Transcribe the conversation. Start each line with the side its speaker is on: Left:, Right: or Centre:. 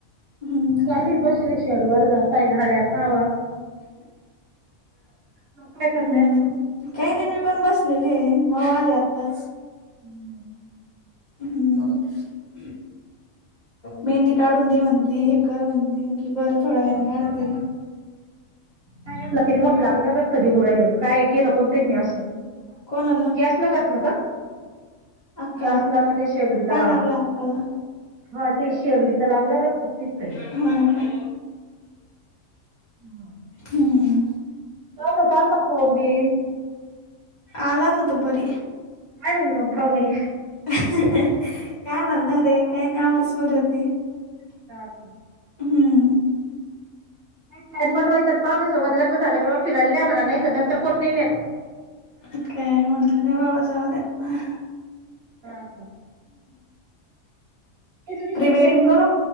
Left: हम्म का
Right: चालोय बस रे शेड वर जातंय घड्या पावा मग काय
Left: हम्म
Right: करताय
Left: काही नाही मी पण बसलेले माऊ आले आत्ताच
Right: हम्म
Left: हम्म चाललं मेहंदी काढून दे म्हणती हे कर म्हणती बरं थोड्या वेळाने
Right: <inaudible>
Left: काढते
Right: लाबला का काय यांना किती मोठ लागलं रक्त निघू राहिलं काय केलं कोण त्यांनी असं
Left: कोणाला
Right: कासाला घासला का त्या
Left: अक्काला
Right: असला
Left: का
Right: ना त्या शेगडीला
Left: काय
Right: हा
Left: लागलं अक्काला
Right: हा ते शेगडी च लागलं रक्त च निघतय
Left: हा का
Right: <unintelligible>
Left: हम्म
Right: चालता चालता कोण बीन
Left: आला होता दुपारी
Right: काय म्हणले पाऊणे
Left: काय म्हणणार हे काही नाही ऑफिस मध्ये होते
Right: <unintelligible>
Left: हम्म
Right: काई प्लॅन बनवायचं आणि पाहुण्या सोबत लग्न झाल्या बरोबर फिरायला न्या म्हणा नाही तर नंतर कोण नाही नेत.
Left: <inaudible> काय म्हटलं नाही बाबा जाऊ द्या
Right: हा हा हेच विषय
Left: फ्री वेडिंग
Right: गेलं का
Left: करू